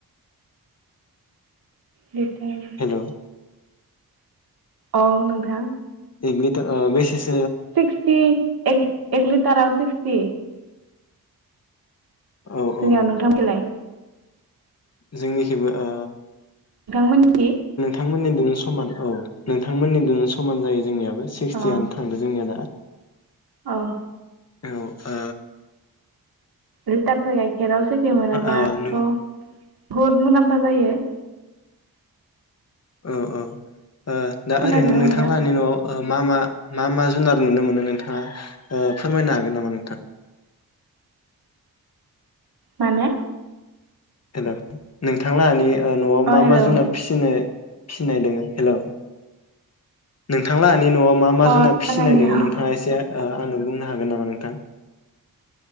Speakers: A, on the right; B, on the left.
A: लिटार
B: हेलौ
A: औ नोंथां ।
B: एग लिटारा बिसेसो
A: सिक्सटि एग । एक लिटाराव सिक्सटि ।
B: औ औ
A: जोंनियाव नोंथां खैलाय?
B: जोंनि खैबो ओ?
A: नोंथां मोनथि
B: नोंथांमोननि दोंनो समान औ नोंथांमोननि दोंनो समान जायो जोंनिया । बो सिक्सटियानो
A: अ
B: थांदों जोंनिया दा ।
A: औ ।
B: औ आ
A: रिटारसे गाइखेराव सिक्सटि मोनाबाथ
B: ओ नों
A: बुहुद मुलाम्फा जायो ।
B: औ-औ । ओ दा
A: खोनादोंना
B: ओरैनो नोंथांलाहानि
A: नोंथां
B: न'आव ओ मा-मा मा-मा जुनार नुनो मोनो नोंथाङा ओ फोरमायनो हागोन नामा नोंथां?
A: माने?
B: हेलौ नोंथांलाहानि ओ न'आव
A: अ
B: मा-मा
A: हेलौ
B: जुनार फिसिनो फिनाय दोङो हेलौ नों थांलाहानि न'आव मा-मा
A: अ
B: जुनाद फिसिनाय
A: जोंहानियाव
B: दङ नोंथाङा एसे ओ आंनो बुंनो हागोन नामा नोंथां?